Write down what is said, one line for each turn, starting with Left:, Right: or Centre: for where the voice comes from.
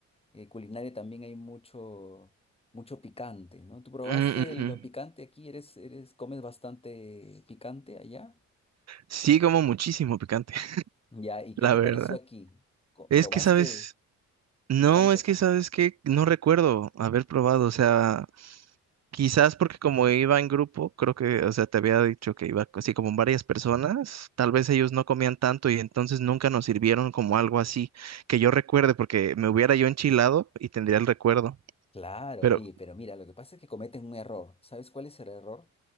Left: eh, culinaria también hay mucho, mucho picante, ¿no? ¿Tú probaste
Right: Mm, ujú.
Left: lo picante aquí? ¿Eres, eres, comes bastante picante allá?
Right: Sí como muchísimo picante, <laughs>
Left: Ya, ¿y
Right: la
Left: qué te
Right: verdad.
Left: pareció aquí? Co-
Right: Es
Left: ¿Probaste
Right: que, ¿sabes? No,
Left: picante
Right: es
Left: acá?
Right: que, ¿sabes que No recuerdo haber probado. O sea, Quizás porque como iba en grupo, creo que, o sea, te había dicho que iba así como varias personas, tal vez ellos no comían tanto y entonces nunca nos sirvieron como algo así, que yo recuerde, porque me hubiera yo enchilado y tendría el recuerdo.
Left: Claro,
Right: Pero,
Left: oye, pero mira, lo que pasa es que cometen un error. ¿Sabes cuál es el error?